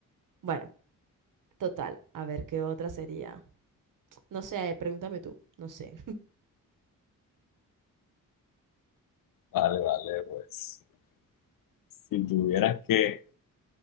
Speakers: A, on the right; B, on the left.
A: Bueno, total. A ver, ¿qué otra sería? No sé, pregúntame tú. No sé.
B: Vale, vale, pues, si tuvieras que,